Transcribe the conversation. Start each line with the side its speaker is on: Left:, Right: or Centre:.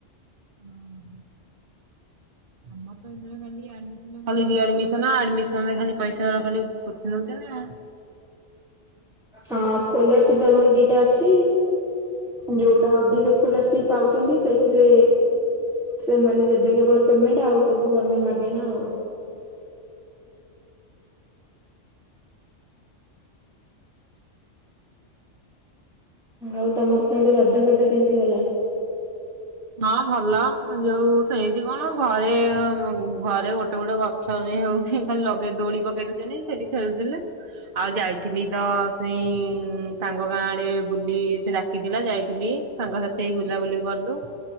Right: ଓ ହୋ ଆମର ତ ଏଥିରେ ଖାଲି ଆଡମିଶନ ଖାଲି ରିଆଡ଼ମିଶନ ଆଡ଼ମିଶନ ରେ ଖାଲି ପାଇସା ପୋଛିନଉତନ୍ତି ଆଉ।
Centre: ହଁ ସ୍କଲାରସିପ ଆମର ଦିଟା ଅଛି। ଯୋଉଟା ଅଧିକ ସ୍କଲାରସିପ୍ ପାଉଛନ୍ତି ସେଇଥିରେ ସେମାନେ ଦେବେ କେବଳ ପେମେଣ୍ଟ ଆଉ ସବୁ ଆମେ ମାଗେଣା ଆଉ ଆଉ ତମର ସେଆଡେ ରଜ ଫଜ କେମିତି ଗଲା?
Right: ହଁ ଭଲ ଯୋଉ ସେନ୍ତି କଣ ଘରେ-ଘରେ ଗୋଟେ-ଗୋଟେ ଥରେ ହଉଚି ଖାଲି ଲଗେଇ ଦୋଳି ପକେଇ ଦଉଚ଼ନ୍ତି ସେଠି ଖେଳୁଥିଲେ। ଆଉ ଯାଇଥିଲି ତ ସେଇ ସାଙ୍ଗ ଗାଁ ଆଡେ ବୁଲି ସେ ଡାକିଥିଲା ଯାଇଥିଲି। ସାଙ୍ଗ ସାଥି ହେଇ ବୁଲାବୁଲି କଲୁ।